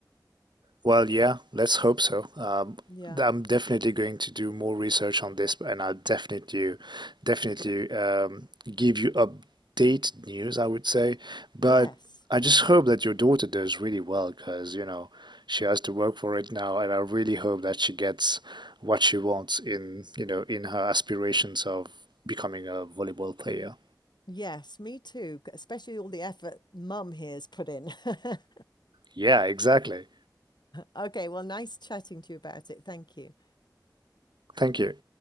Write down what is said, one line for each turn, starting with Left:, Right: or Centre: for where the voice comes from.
Right: Well, yeah, let's hope so. Um,
Left: Yeah.
Right: I'm definitely going to do more research on this, and I'll definitely, definitely um, give you update news, I would say. But
Left: Yes.
Right: I just hope that your daughter does really well, because you know she has to work for it now, and I really hope that she gets what she wants in, you know, in her aspirations of becoming a volleyball player.
Left: Yes, me too, c- especially all the effort mum here's put in. <laughs>
Right: Yeah, exactly.
Left: Okay, well, nice chatting to you about it. Thank you.
Right: Thank you.